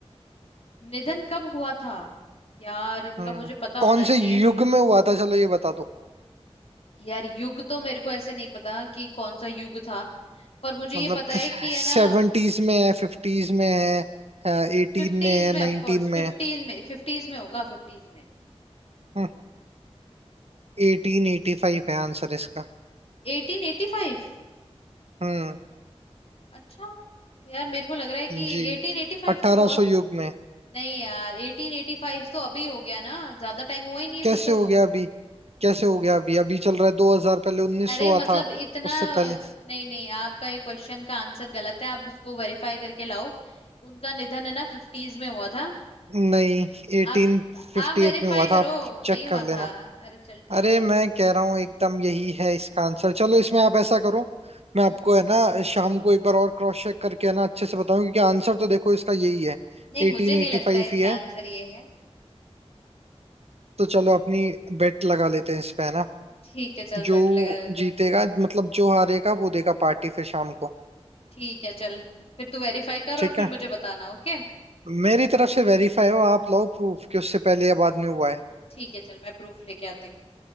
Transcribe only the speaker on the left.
निधन कब हुआ था यार इनका
मुझे पता होना
चाहिए
यार युग तो मेरे को ऐसे नहीं पता कि कौन सा युग था पर मुझे ये
पता है कि है
ना
फिफ्टीज
में
ऑफ कोर्स
फिफ्टीन
में फिफ्टीज में होगा फिफ्टीज में
Eighteen eighty five
अच्छा यार मेरे को लग रहा है कि
एटीन एटी फाइव
तो बहुत
नहीं यार एटीन एटी फाइव तो अभी हो गया ना ज्यादा टाइम हुआ ही नहीं है
फिर तो
अरे
मतलब
इतना
नहीं नहीं आपका ये क्वेश्चन का आंसर गलत है आप इसको वेरीफाई करके लाओ उनका निधन है ना फिफ्टीज में हुआ था
आप आप वेरीफाई
करो
नहीं हुआ
था अरे चल ठीक
है
हम्म
नहीं मुझे
नहीं लगता इसका
आंसर ये है
ठीक है चल
बेट लगा लेते
हैं
ठीक है चल फिर तू वेरीफाई कर
और फिर
मुझे बताना ओके
ठीक है चल मैं प्रूफ लेके आती हूँ